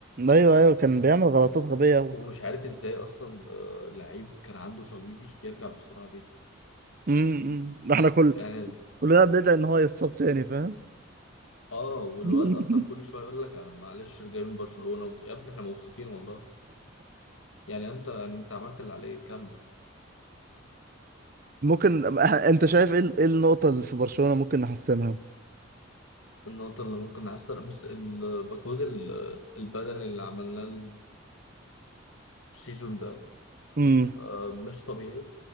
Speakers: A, on the right (about 45°); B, on the left (about 80°).
A: ايوه ايوه كان بيعمل غلطات غبيه قوي
B: ومش عارف ازاي اصلا آه، لعيب كان عنده صليبي يرجع بالسرعه دي
A: امم احنا كل
B: يعني
A: كلنا بندعي ان هو يتصاب تاني فاهم
B: اه والواد
A: <laughs>
B: اصلا كل شويه يقول لك انا معلش جاي من برشلونه ومش يا ابني احنا مبسوطين والله يعني انت يعني انت عملت اللي عليك كمل
A: ممكن انت شايف ايه ال- ايه النقطه اللي في برشلونه ممكن نحسنها
B: النقطه اللي ممكن نحسن بس المجهود ال- البدني اللي عملناه السيزون ده
A: امم
B: آه، مش طبيعي